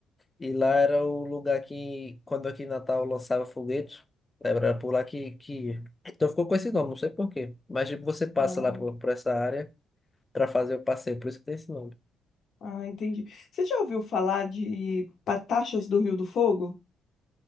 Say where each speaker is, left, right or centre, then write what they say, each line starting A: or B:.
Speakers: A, on the left; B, on the left.
A: E lá era o lugar que, quando aqui em Natal lançava foguetes, era por lá que, que... ia. Então ficou com esse nome, não sei por quê. Mas tipo, você passa
B: Ah,
A: lá por, por essa área para fazer o passeio, por isso que tem esse nome.
B: ah, entendi. Você já ouviu falar de Patachas do Rio do Fogo?